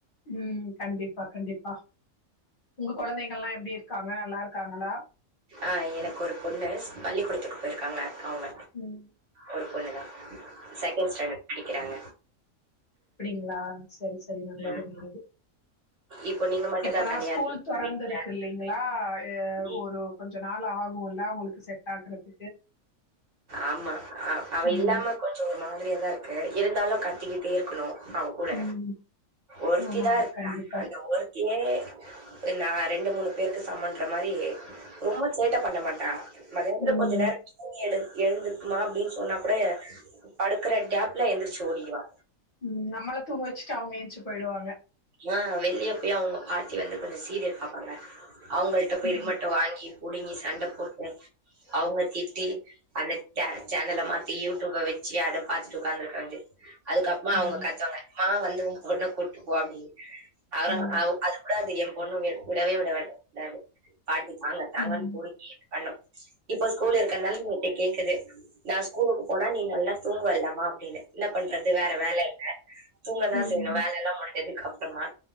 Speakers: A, on the left (about 45°); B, on the right (about 60°).
A: ம் கண்டிப்பா கண்டிப்பா உங்க கொழந்தைகள்லா எப்டி இருக்காங்க நல்லாருக்காங்களா
B: ஆ எனக்கு ஒரு பொண்ணு ஸ் பள்ளிக்கூடத்துக்கு போயிருக்காங்க அவங்க
A: ம்
B: ஒரு பொண்ணு தா செக்கென்ட் ஸ்டேண்டட் படிக்றாங்க
A: அப்டிங்ளா செரி செரி நல்லது
B: ம்.
A: நல்லது
B: இப்போ நீங்க மட்டும்
A: இப்பதா
B: தான் தனியா
A: ஸ்கூல்
B: இருக்கீங்க
A: தொறந்துருக்கு
B: வீட்ல.
A: இல்லைங்களா எ
B: ம்.
A: ஒரு கொஞ்ச நாள் ஆகுல்ல அவுங்குளுக்கு செட் ஆகுறத்துக்
B: ஆமா அ அவ
A: ம்
B: இல்லாம கொஞ்சோ ஒரு மாதிரியாதாருக்கு இருந்தாலு க கத்திக்கிட்டே இருக்குணு அவ கூட
A: ம்
B: ஒருத்திதா
A: ஆமா ஆமா,
B: இருக்கா
A: கண்டிப்பா
B: அந்த ஒருத்தியே நா ரெண்டு மூணு பேருக்கு சமன்ற மாரி ரொம்ப சேட்ட பண்ண மாட்டா மத்யானத்துல
A: ம்
B: கொஞ்ச நேரோ தூங்கியெடு எழுந்துக்குமா அப்டின் சொன்னா கூட படுக்குற கேப்ல எந்திரிச்சு ஓடிடுவா
A: ம் நம்மள தூங்க வச்சுட்டு அவங்க எந்ச்சு போயிடுவாங்க
B: ஆ வெளிய போய் அவுங்க பா <unintelligible> வந்து கொஞ்சோ சீரியல் பாப்பாங்க அவங்கள்ட்ட போய்
A: ம்
B: ரிமோட்ட வாங்கி புடுங்கி சண்ட போட்டு அவங்க திட்டி அந்த சே சேனல்ல மாத்தி யூடியூப்ப வச்சு அத பாத்துட்டு ஒக்காந்துருக்க வேண்டி அதுக்கு அப்மா
A: ம்
B: அவங்க கத்துவாங்க ம்மா வந்து ஓ பொண்ண கூட்டு போ அப்டின் அதுதா
A: ம்
B: அ அது உடாது என் பொண்ணு வி விடவே விட விடாது பாட்டி தாங்க தாங்கன்னு
A: ம்
B: புடுங்கி இது பண்ணு இப்ப ஸ்கூல் இருக்கறனால என்ட்ட கேக்குது நா ஸ்கூலுக்கு போனா நீ நல்லா தூங்குவல்லமா அப்டின்னு இன்ன பண்றது வேற வேல இல்ல தூங்கதா
A: ம்
B: செய்ணு வேலெல்லா முஞ்சதுக்கப் ஆமா